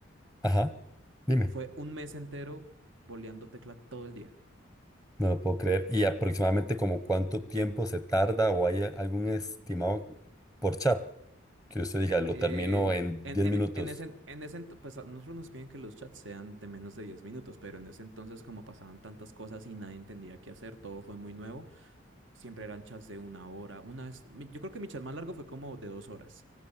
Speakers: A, in the centre; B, on the right (about 75°).
A: Ajá, dime.
B: fue un mes entero boleando tecla todo el día.
A: No lo puedo creer. ¿Y aproximadamente como cuánto tiempo se tarda o hay algún estimado por chat? Que usted diga, lo
B: Eh,
A: termino en
B: en,
A: 10
B: en,
A: minutos.
B: en ese, en ese, ento- pues a nosotros nos piden que los chats sean de menos de 10 minutos, pero en ese entonces como pasaban tantas cosas y nadie entendía qué hacer, todo fue muy nuevo, siempre eran chats de una hora. Una vez, mi- yo creo que mi chat más largo fue como de dos horas,